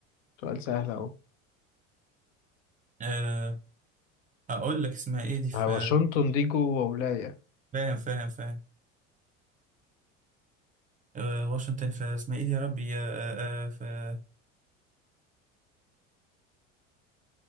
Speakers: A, on the left; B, on the right.
A: سؤال سهل أهو
B: أه أقول لك اسمها إيه دي في
A: آه، واشنطن دي جوه ولاية
B: فاهم فاهم فاهم أه واشنطن في اسمها إيه دي يا ربي أه أه في